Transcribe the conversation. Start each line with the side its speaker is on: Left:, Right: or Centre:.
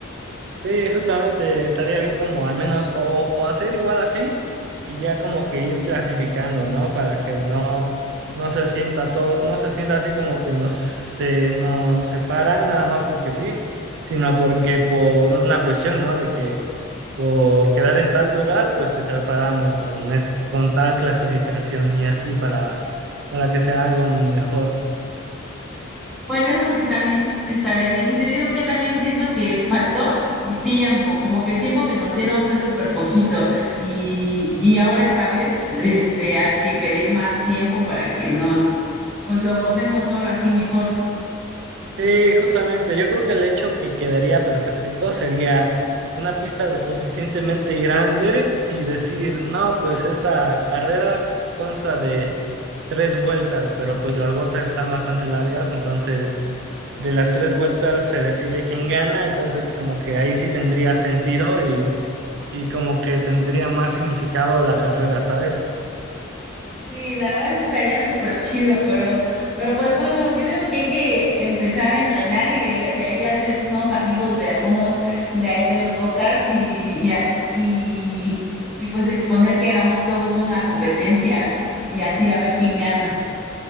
Right: Sí, justamente estaría bien como al menos o, o hacer igual así y ya como que ir clasificando, ¿no? Para que no, no se sienta todo, no se sienta así como que no se nos separan nada más porque sí, sino porque por una cuestión, ¿no? De que por quedar en tal lugar, pues te separamos con, es- con tal clasificación y así para, para que sea algo mejor.
Centre: Bueno, eso sí también estaría bien. Y te digo que también siento que faltó tiempo, como que el tiempo que nos dieron fue súper poquito. Y, y ahora esta vez, este, hay que pedir más tiempo para que nos, pues lo gocemos ahora sí mejor.
Right: Sí, justamente. Yo creo que el hecho que quedaría perfecto sería una pista lo suficientemente grande y decir, no, pues esta carrera consta de tres vueltas, pero pues las vueltas están bastante largas, entonces de las tres vueltas se decide quién gana, entonces como que ahí sí tendría sentido y, y como que tendría más significado la carrera, ¿sabes?
Centre: Sí, la verdad sí estaría súper chido, pero, pero pues bueno, yo digo que hay que empezar a entrenar y de, de ahí hacernos amigos de algunos de ahí de los go-karts y, y, a- y, y pues exponer que hagamos todos una competencia y así a ver quién gana.